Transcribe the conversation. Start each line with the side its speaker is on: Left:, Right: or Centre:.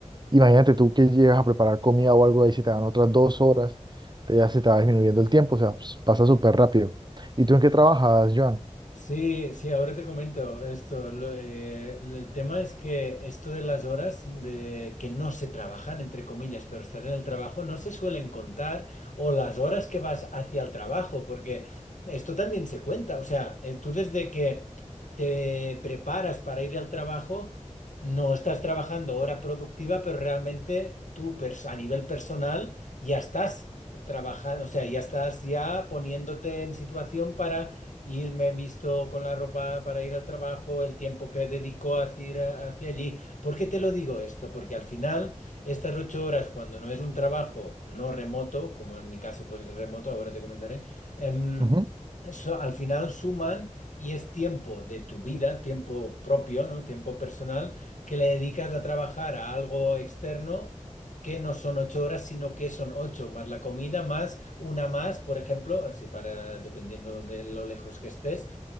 Right: Imagínate tú que llegas a preparar comida o algo ahí, se te dan otras dos horas, te-
Left: Mm,
Right: ya se te va disminuyendo el tiempo, o sea, pues, pasa
Left: mm,
Right: súper rápido. ¿Y
Left: ujú.
Right: tú en qué trabajas, Joan?
Left: Sí, sí, ahora te comento esto. lo, eh, el tema es que esto de las horas de que no se trabajan, entre comillas, pero estar en el trabajo, no se suelen contar, o las horas que vas hacia el trabajo, porque esto también se cuenta. O sea, eh, tú desde que te preparas para ir al trabajo, no estás trabajando hora productiva, pero realmente tú pers- a nivel personal ya estás trabajando, o sea, ya estás ya poniéndote en situación para irme visto con la ropa para ir al trabajo, el tiempo que dedico a ir a- hacia allí. ¿Por qué te lo digo esto? Porque al final estas ocho horas, cuando no es un trabajo no remoto, como en mi caso pues es remoto, ahora te comentaré, em,
Right: Ujú,
Left: so- al final suman y es tiempo de tu vida, tiempo propio, ¿no? Tiempo personal, que le dedicas a trabajar a algo externo que no son ocho horas, sino que son ocho más la comida, más una más, por ejemplo, así para, dependiendo de lo lejos que estés,